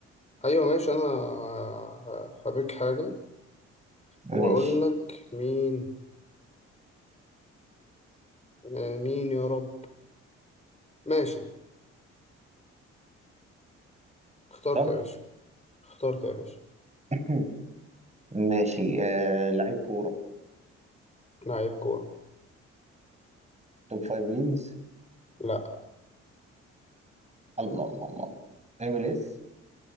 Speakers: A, on the left; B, on the right.
A: أيوة ماشي أنا ه- هبيك حاجة
B: ماشي
A: وأقول لك مين آه، مين يا رب ماشي اخترت
B: اخترت
A: يا باشا اخترت يا باشا
B: <clears throat> ماشي آه لعيب كورة
A: لعيب كورة
B: توب فايف ليجز
A: لا
B: الله الله الله الله ام ال اس